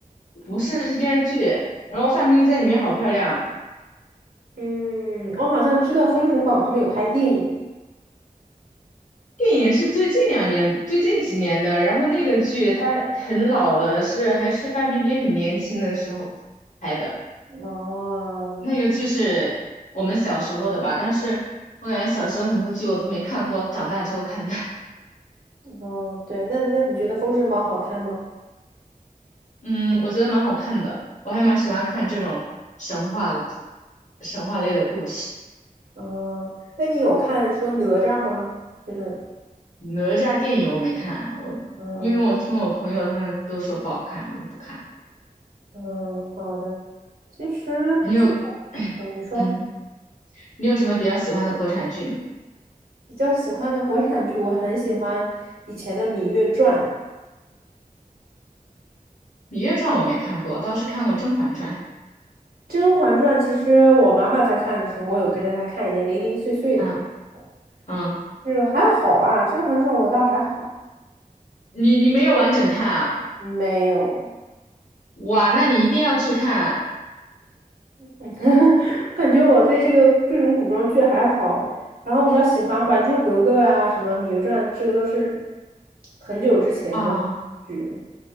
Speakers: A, on the left; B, on the right.
A: 不是是电视剧。然后范冰冰在里面好漂亮。
B: 嗯，我好像知道《封神榜》他们有拍电影。
A: 电影是最近两年、最近几年的，然后那个剧它很老了，是还是范冰冰很年轻的时候拍的。
B: 哦，
A: 那个剧是我们小时候的吧，但是我感觉小时候很多剧我都没看过，长大之后看的。<laughs>
B: 哦，对，那那你觉得《封神榜》好看吗？
A: 嗯，我觉得蛮好看的，我还蛮喜欢看这种神话、神话类的故事。
B: 嗯，那你有看说哪吒吗？这种，
A: 哪吒电影我没看，我因为我听我朋友他们都说不好看，
B: 嗯
A: 我就不看了。
B: 嗯，好的。其实剧
A: 你有，<coughs> <clears throat>
B: 嗯你说
A: 嗯，你有什么比较喜欢的国产剧吗？
B: 比较喜欢的国产剧，我很喜欢以前的《芈月传》
A: 《芈月传》我没看过，我倒是看过《甄嬛传》。
B: 《甄嬛传》。其实我妈妈在看的时候，我有跟着她看一点零零碎碎的嘛，
A: 嗯
B: 这种
A: 嗯，
B: 就是还好吧，《甄嬛传》我倒还好，
A: 你你没有完整看啊？
B: 没有。
A: 哇，那你一定要去看
B: <laughs> 感觉我对这个各种古装剧还好，然后比较喜欢《还珠格格》呀、什么《芈月传》，这个都是很久之前的剧了。
A: 啊！